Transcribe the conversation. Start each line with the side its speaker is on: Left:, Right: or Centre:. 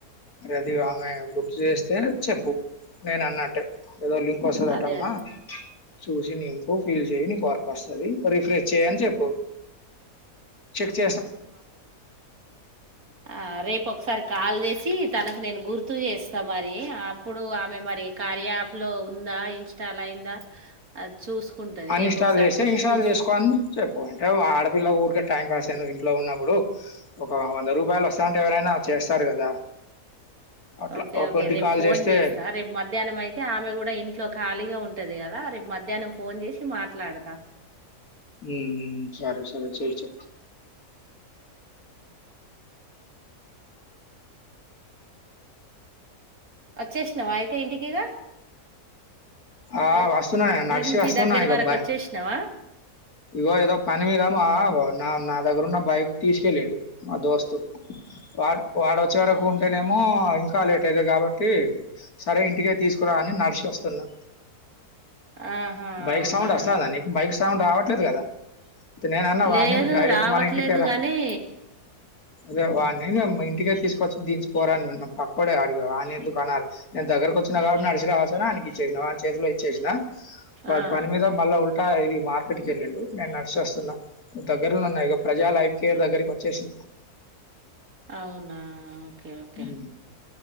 Left: అది ఆమె గుర్తు చేస్తే చెప్పు నేను అన్నట్టే ఏదో లింక్ వస్తుందటమ్మా
Right: అదే అదే
Left: చూసింపు ఫీల్ చే నీ వకు వస్తుంది రిఫ్రెష్ చేని చెప్పు చె
Right: చెక్తే సాధ వవసాయ ఆ రేపు ఒకసారి కాల్ చేసి తనకు నేను గుర్తు చేస్తా మరి అప్పుడు ఆమె మరి కారయాప్ లో ఉందా ఇన్స్టల్ అయిందా చూసుకుంటది
Left: అన్
Right: రేపు
Left: ఇన్స్టాల్
Right: ఒకసారి
Left: చేస్తే
Right: గుర్తు
Left: ఇన్స్టాల్
Right: చేస్త
Left: చేసుకోని చెప్పు అంటే ఆడపిల్ల కూ టైం పాస్ అయింది ఇంట్లో ఉన్నప్పుడు ఒక వంద రూపాయలు వస్తాంటే ఎవరైనా చేస్తారు కదా అట్లా
Right: ఓకే
Left: ఓ
Right: ఓకే
Left: ట్వంటీ
Right: రేపు
Left: కాల్
Right: ఫోన్
Left: చేస్తే
Right: చేస్తా రేపు మధ్యాహ్నం అయితే ఆమె కూడా ఇంట్లో ఖాళీగా ఉంటది కదా రేపు మధ్యాహ్నం ఫోన్ చేసి మాట్లాడతా
Left: ఉమ్ సరే సరే చెయ్ చెయ్
Right: వచ్చేసినావా అయితే ఇంటికిగా
Left: ఆ
Right: ఓ-
Left: వాస్తుూన్నా నర్సి
Right: ఇంటి
Left: వస్తన్నా
Right: దగ్గర
Left: గబ్బా
Right: వరకు వచ్చేసినావా
Left: ఇ ఏదో పనిమిదమా నా దగ్గర ఉన్న బైక్ తీసుకెళ్ళండి మా దోస్తు వా వాడ వచ్చే వరకు ఉంటేనేమో ఇంకా కా లేట్ అయిది కాబట్టి సరే ఇంటికే తీసుకురాాలని నడిసి వస్తున్నా
Right: ఆహా
Left: బైక్
Right: అవునా
Left: సౌండ్ వస్తుంద నీకు బైక్ సౌండ్ రావట్టి దు కదా నేన అన్నా
Right: లేదు
Left: వాని డైరెక్ట్
Right: రావట్లేదు
Left: మన ఇంటికరా
Right: గాని
Left: అదే వాడి ఇంటికే తీసుకొచ్చ దించి పోరాను పక్కడే అడిగా వాని ఎకు కొనాలి నేను దగ్గరకి వచ్చి కాబటి నడిసి కావసా అనికి ఇచ్చేసా చేతిలో ఇచ్చేసిన ప
Right: ఆహా
Left: పని మీద మలా ఉల్ కా ఏది మ ఇక్కడికి వెళ్ళిండు నేను నడిసోస్తున్న దగ్గరన్న ఇక ప్రజా లైఫ్ కేర్ దగ్గరికి వచ్చేసినా
Right: అవునా ఓకే ఓకే
Left: ఉమ్.